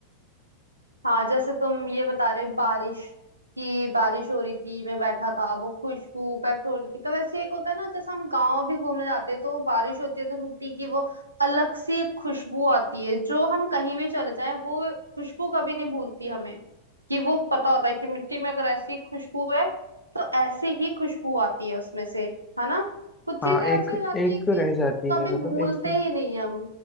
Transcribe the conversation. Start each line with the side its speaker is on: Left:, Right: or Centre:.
Right: हाँ जैसे तुम ये बता रहे बारिश की बारिश हो रही थी मैं बैठा था वो खुशबू पेट्रोल की तो वैसे एक होता है ना जैसे हम गांव भी घूमने जाते हैं तो बारिश होती है तो मिट्टी की वो अलग सी एक खुशबू आती है जो हम कहीं भी चले जाएं वो खुशबू कभी नहीं भूलती हमें कि वो पता होता है कि मिट्टी में अगर ऐसी खुशबू है तो ऐसी ही खुशबू आती है उसमें से है ना कुछ
Left: हाँ
Right: चीजें
Left: एक
Right: ऐसी हो जाती
Left: एक
Right: है कि
Left: रह जाती
Right: कभी
Left: है मतलब
Right: भूलते
Left: एक
Right: ही नहीं हम